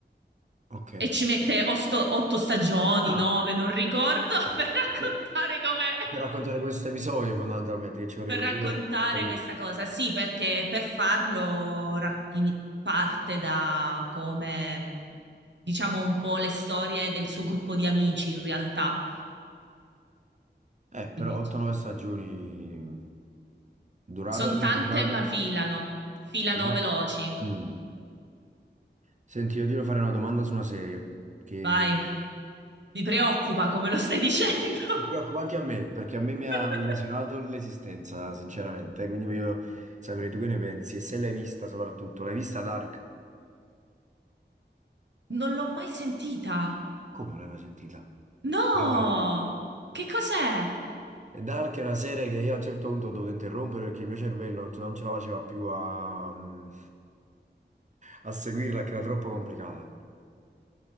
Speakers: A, on the right (about 40°); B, on the right (about 75°).
A: Ok.
B: E ci mette osto- otto stagioni,
A: Ah,
B: nove, non ricordo, <laughs> per raccontare
A: per,
B: com'è,
A: per raccontare questo episodio, fondamentalmente, che ci vorrebbero
B: per raccontare
A: due... capito?
B: questa cosa. Sì, perché per farlo ra- in- parte da come, diciamo, un po' le storie del suo gruppo di amici, in realtà.
A: Eh, però
B: Quindi
A: 8-9 stagioni, durata
B: sono
A: delle
B: tante,
A: puntate?
B: ma filano, filano
A: Dura-
B: veloci.
A: Mm. Senti, io ti devo fare una domanda su una serie che...
B: Vai, mi preoccupa come lo stai dicendo.
A: Si preoccupa anche a me, perché a me mi ha
B: <laughs>
A: lesionato l'esistenza, sinceramente. Quindi voglio sapere tu che ne pensi. E se l'hai vista, soprattutto, l'hai vista Dark?
B: Non l'ho mai sentita.
A: Come non l'hai mai sentita?
B: No!
A: Veramente.
B: Che cos'è?
A: E Dark è una serie che io a un certo punto ho dovuto interrompere perché il mio cervello non ce non ce la faceva più a, mm, a seguirla, che era troppo complicata.